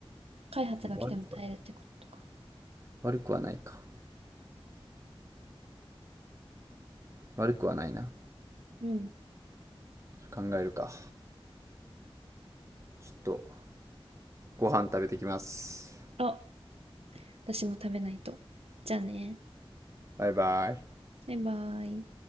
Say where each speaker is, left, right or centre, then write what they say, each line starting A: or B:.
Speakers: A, on the right; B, on the right.
A: 開発が来ても耐えるってことか。
B: 悪くは、悪くはないか。悪くはないな。
A: うん。
B: 考えるか。ちょっと、ご飯食べてきます。
A: あ、私も食べないと。じゃあね。
B: バイバイ。
A: バイバーイ。